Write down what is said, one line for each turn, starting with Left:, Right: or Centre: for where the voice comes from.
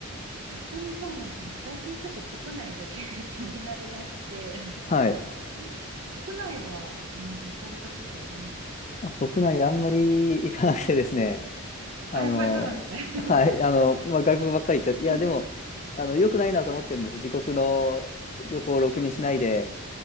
Right: 逆にそうなんですよ。なんか最近ちょっと国内が気 <laughs> 気になりだして、
Left: はい。
Right: <laughs> 国内は、ガムさん行かれたことありますか
Left: あ国内あんまり行かなくてですね。あの、
Right: あ、やっぱりそうなんですね。<laughs>
Left: はい、あの、まあ、外国ばっかり行っちゃ、いや、
Right: うん
Left: でも、あの、良くないなと思ってるんです。自国の旅行をろくにしないで、